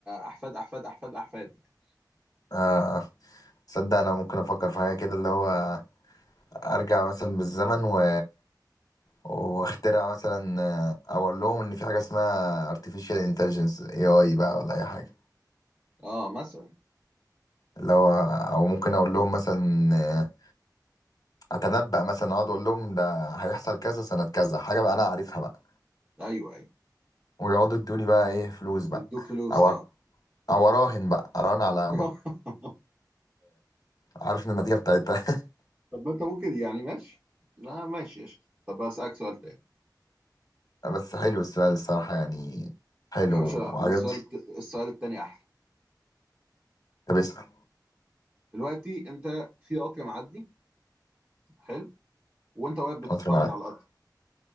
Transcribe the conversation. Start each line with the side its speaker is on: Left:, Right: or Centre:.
Right: احفاد احفاد احفاد احفادي يعني.
Left: آه تصدق أنا ممكن أفكر في حاجة كده اللي هو أرجع مثلا بالزمن و... واخترع مثلا آه، أو أقول لهم إن في حاجة اسمها artificial intelligence AI بقى ولا أي حاجة
Right: اه مثلا
Left: اللي هو أو ممكن أقول لهم مثلا آه، أتنبأ مثلا أقعد أقول لهم ده هيحصل كذا سنة كذا حاجة بقى أنا عارفها بقى
Right: ايوه ايوه
Left: ويقعدوا يدوني بقى إيه فلوس
Right: يدوك
Left: بقى
Right: فلوس
Left: أو
Right: اه
Left: او اراهن بقى اراهن على
Right: <laughs>
Left: مت... عارف إن النتيجه بتاعتها
Right: طب ما انت ممكن يعني ماشي لا ماشي قشطة طب اسالك سؤال تاني
Left: <laughs> بس حلو السؤال الصراحه يعني حلو
Right: يا باشا
Left: وعجبني
Right: والسؤال الت- السؤال التاني احلى
Left: طب اسال
Right: دلوقتي انت في قطر معدي حلو وانت واقف بتتفرج
Left: قطر معاك
Right: على القطر